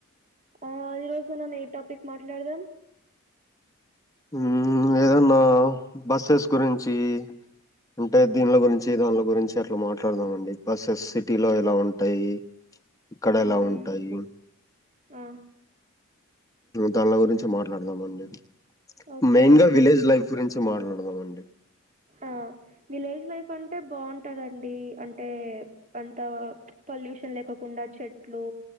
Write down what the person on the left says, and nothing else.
మ్... ఏదన్నా బస్సెస్ గురించి అంటే దీనిల గురించి దానిల గురించి చి అట్లా మాట్లాడదామండి బస్సెస్ సిటీ లో ఎలా ఉంటాయి ఇక్కడ
ఎలా ఉంటాయి
దాన్ల గురించి మాట్లాడదామండి
మెయిన్
గా విలేజ్ లైఫ్ గురించి మాట్లాడదామండి